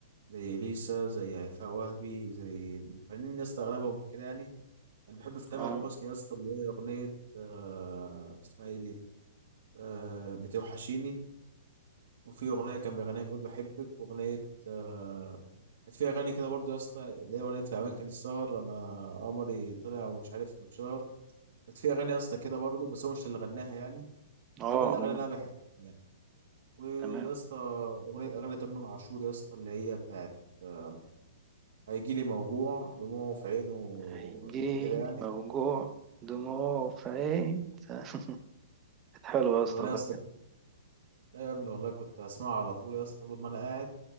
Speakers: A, on the right; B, on the right.
A: زي اليسا زي هيفاء وهبي زي الفنانين يا اسطى اغلبهم كده يعني يعني بحب في تامر
B: اه
A: حسني يا اسطى اللي هي اغنيه آه، اسمها ايه دي آه، بتوحشيني وفي اغنيه كان بيغنيها بيقول بحبك واغنيه آه، كانت في اغاني كده برضو يا اسطى اللي هي اغنيه في اماكن السهر انا قمري طلع ومش عارف واتشهر كانت في اغاني يا اسطى كده برضو بس هو مش اللي غناها يعني
B: اه
A: دي من الاغاني
B: اه
A: اللي انا بحبها ويا
B: تمام
A: اسطى اغنيه اغنيه تامر عاشور يا اسطى اللي هي بتاعت آه، هيجي لي موجوع دموعه في عينه
B: هيجيلي
A: كده يعني
B: موجوع دموع في عين <laughs> كانت حلوة يا اسطى
A: الاغنيه
B: والله
A: يا اسطى
B: بجد.
A: يا ابني والله كنت اسمعها على طول يا اسطى طول ما انا قاعد